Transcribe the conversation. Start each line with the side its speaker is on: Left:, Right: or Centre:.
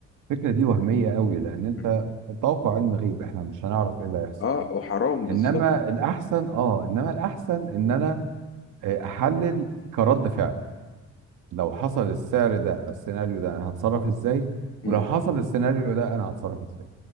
Right: الفكرة دي وهمية قوي لأن أنت
Left: مم.
Right: التوقع علم غيب إحنا مش هنعرف إيه اللي هيحصل
Left: اه وحرام بالظبط
Right: إنما الأحسن آه إنما الأحسن إن أنا آه، أحلل كرد فعل لو حصل السعر ده السيناريو ده انا هتصرف ازاي
Left: مم.
Right: ولو حصل السيناريو ده انا هتصرف ازاي